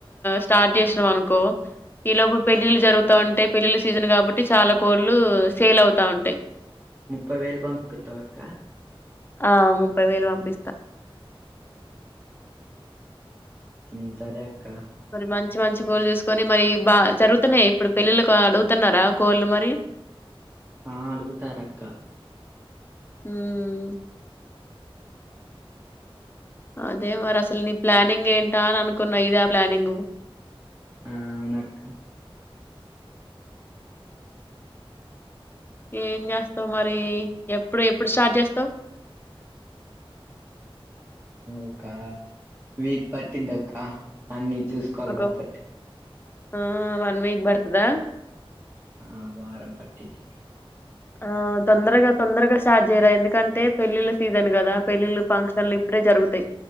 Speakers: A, on the left; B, on the right.
A: స్టార్ట్ చేసినం అనుకో ఈ లోపు పెళ్ళిళ్ళు జరుగుతా ఉంటాయి పెళ్ళిళ్ళ సీజన్ కాబట్టి చాలా కోళ్లు సేల్ అవుతా ఉంటాయి
B: ముప్పై వేలు పంపితవ అక్క
A: ఆ ముప్పై వేలు పంపిస్తా
B: ఉ సరే అక్క
A: మరి మంచి మంచి కోళ్ళు చూసుకొని మరి బా జరుగుతున్నాయి ఇప్పుడు పెళ్ళిళకి అడుగుతున్నారా కోళ్ళు మరి
B: ఆ అడుగుతారు అక్క
A: హ్మ్మ్ అదే మరి అసలు నీ ప్లానింగ్ ఏంటా అని అనుకున్నా ఇదా ప్లానింగ్
B: ఆ అవునక్క
A: ఏం చేస్తావు్ మరి ఎప్పుడు ఎప్పుడు స్టార్ట్ చేస్తావు్
B: ఒక వీక్ పట్టుది అక్క అన్ని చూసుకోవాలి
A: ఒక
B: కాబట్టి
A: ఆ వన్ వీక్ బడుతదా
B: ఆ వారం పట్టిది
A: ఆ తొందరగా తొందరగా స్టార్ట్ చేయిరా ఎందుకంటే పెళ్ళిళ్ళ సీజన్ కదా పెళ్ళిళ్ళ ఫంక్షన్లు ఇప్పుడే జరుగుతాయి